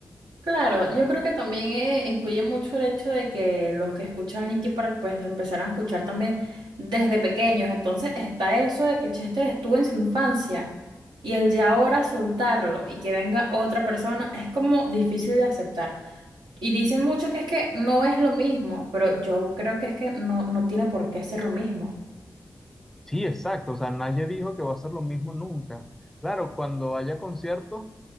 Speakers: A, on the right; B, in the centre.
A: Claro, yo creo que también eh, influye mucho el hecho de que los que escuchan Linkin Park pues lo empezaron a escuchar también desde pequeños. Entonces está eso de que Chester estuvo en su infancia y el ya ahora soltarlo y que venga otra persona es como difícil de aceptar. Y dicen mucho que es que no es lo mismo, pero yo creo que es que no, no tiene por qué ser lo mismo.
B: Sí, exacto, o sea, nadie dijo que va a ser lo mismo nunca. Claro, cuando haya conciertos,